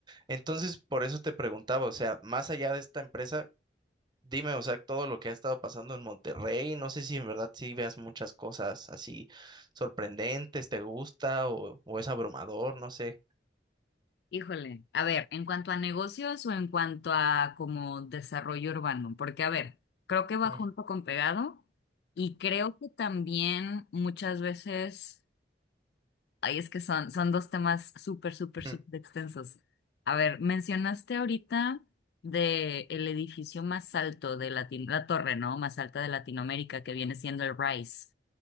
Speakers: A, on the right; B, on the left.
A: Entonces, por eso te preguntaba, o sea, más allá de esta empresa, dime, o sea, todo lo que ha estado pasando en Monterrey. No sé si en verdad sí veas muchas cosas así sorprendentes, te gusta o, o es abrumador, no sé.
B: Híjole. A ver, en cuanto a negocios o en cuanto a como desarrollo urbano, porque a ver, creo que va
A: Mm.
B: junto con pegado y creo que también muchas veces Ay, es que son, son dos temas súper, súper, súper
A: Ujú.
B: extensos. A ver, mencionaste ahorita de el edificio más alto de Latin, la torre, ¿no? Más alta de Latinoamérica, que viene siendo el Rice.